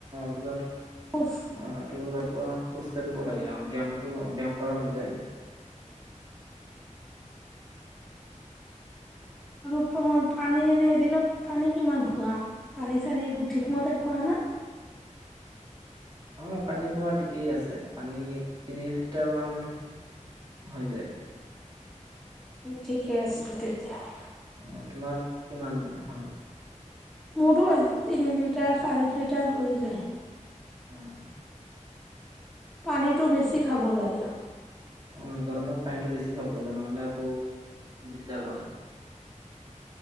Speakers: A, on the right (about 35°); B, in the centre.
A: অজাৰ
B: খোজ
A: অ এইটো প খোজ কাঢ়িব লাগে ব্যায়ামটো ব্যায়াম কৰা হৈ যায়
B: আৰু পানী এনে এদিনত পানী কিমান খোৱা পানী চানী এইবোৰ ঠিকমতে খোৱা না
A: অ পানী খোৱা ঠিকেই আছে পানী তিনি লিটাৰ মান হৈ যায়
B: ঠিকে আছে তেতিয়াহ'লে
A: অ তোমাৰ কিমান হয়
B: মোৰো তিনি লিটাৰ চাৰি লিটাৰ হৈ যায়
A: উম
B: পানীটো বেছি খাব লাগে
A: ম গৰমত পানীটো বেছি খাব লাগে নহলে আকৌ দিগদাৰ হয়